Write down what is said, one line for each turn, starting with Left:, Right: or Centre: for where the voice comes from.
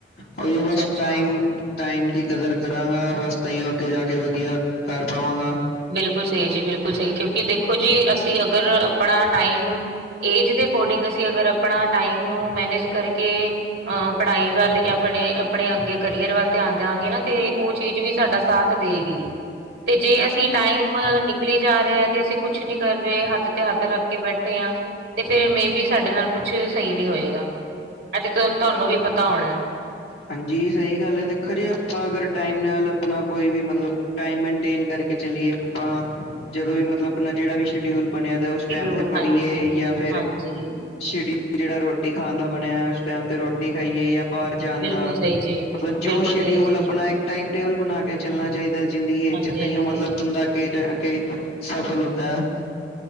Left: ਉਹੀਓ
Right: ਅੱਛਾ-ਅੱਛਾ।
Left: ਬਸ ਟਾਈਮ ਟਾਈਮ ਦੀ ਕਦਰ ਕਰਾਂਗਾ ਬਸ ਤਾਈਓ ਅੱਗੇ ਜਾ ਕੇ ਵਧੀਆ ਕਰ ਪਾਵਾਂਗਾ।
Right: ਬਿਲਕੁਲ ਸਹੀ ਜੀ ਬਿਲਕੁਲ ਸਹੀ। ਕਿਉਕਿ ਦੇਖੋ ਅਸੀ ਅਗਰ ਆਪਣਾ ਟਾਈਮ ਏਜ ਦੇ ਅਕੋਡਿੰਗ ਅਗਰ ਆਪਣਾ ਟਾਈਮ ਨੂੰ ਮੈਨੇਜ ਕਰਕੇ ਅਹ ਪੜ੍ਹਾਈ ਵੱਲ ਜਾਂ ਫਿਰ ਆਪਣੇ ਅੱਗੇ ਕਰੀਅਰ ਵੱਲ ਧਿਆਨ ਦਿਆਗੇ ਨਾ ਤੇ ਉਹ ਚੀਜ਼ ਵੀ ਸਾਡਾ ਸਾਥ ਦੇ ਗੀ। ਦੇ ਅਸੀ ਟਾਈਮ ਨਿਕਲੀ ਜਾ ਰਿਹਾ ਤੇ ਅਸੀ ਕੁਛ ਨੀ ਕਰ ਰਹੇ ਹੱਥ ਤੇ ਹੱਥ ਰੱਖ ਕੇ ਬੈਠੇ ਹਾਂ। ਤੇ ਫਿਰ ਮੇ ਵੀ ਸਾਡੇ ਨਾਲ ਕੁਛ ਸਹੀ ਨਹੀ ਹੋਏਗਾ ਅਤੇ ਤੁਹਾਨੂੰ ਵੀ ਪਤਾ ਹੋਣਾ।
Left: ਹਾਂਜੀ ਸਹੀ ਗੱਲ ਹੈ ਦੇਖੋ ਜੀ, ਆਪਾਂ ਅਗਰ ਟਾਈਮ ਨਾਲ ਆਪਣਾ ਕੋਈ ਵੀ ਮਤਲਬ ਟਾਈਮ ਮੇਨਟੇਨ ਕਰਕੇ ਚਲੀਏ ਆਪਾਂ, ਜਦੋਂ ਵੀ ਮਤਲਬ ਆਪਣਾ ਜਿਹੜਾ ਵੀ ਸ਼ਡਿਊਲ ਬਣਿਆ
Right: ਸ਼ਡਿਊਲ
Left: ਟਾਈਮ ਤੇ ਪੜ੍ਹੀਏ
Right: ਹਾਂਜੀ
Left: ਜਾਂ ਫਿਰ
Right: ਹਾਂਜੀ
Left: ਸ਼ ਜਿਹੜਾ ਰੋਟੀ ਖਾਣ ਦਾ ਬਣਿਆ ਹੈ, ਉਸ ਟਾਈਮ ਤੇ ਰੋਟੀ ਖਾਈਏ ਜਾਂ ਬਾਹਰ ਜਾਂ
Right: ਬਿਲਕੁਲ
Left: ਦਾ।
Right: ਸਹੀ ਜੀ
Left: ਮਤਲਬ ਜੋ
Right: ਬਿਲਕੁਲ
Left: ਸ਼ਡਿਊਲ
Right: ਸਹੀ ਜੀ
Left: ਆਪਣਾ ਇੱਕ ਟਾਈਮ ਟੇਬਲ ਬਣਾ ਕੇ ਚਲਣਾ ਚਾਹੀਦਾ, ਜ਼ਿੰਦਗੀ ਵਿੱਚ
Right: ਹਾਂਜੀ
Left: ਤਈਓ
Right: ਹਾਂਜੀ
Left: ਮਤਲਬ ਬੰਦਾ ਅੱਗੇ ਜਾ ਕੇ, ਸਫਲ ਹੁੰਦਾ ਹੈ।